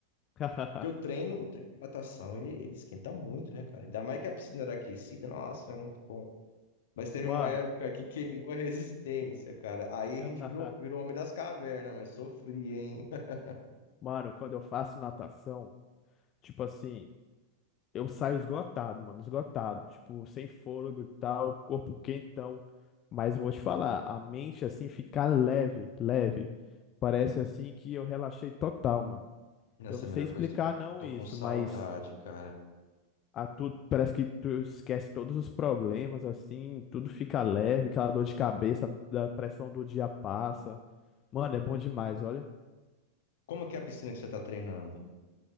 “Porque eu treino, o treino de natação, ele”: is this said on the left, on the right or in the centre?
Left